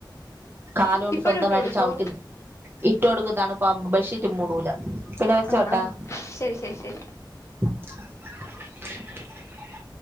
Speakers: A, on the right; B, on the left.
A: കാലൊണ്ട്
B: ഇപ്പഴും
A: സ്വന്തമായിട്ട്
B: ഇട്ട് കൊടുക്കോ
A: ചവിട്ടി നി ഇറ്റ കൊടുക്കും തൺപ്പാവുംബോ ബഷീറ്റ് മൂടൂല. പിന്നെ വെച്ചോട്ടാ
B: ആ ആഹ ശരി ശരി ശരി.
A: <unintelligible>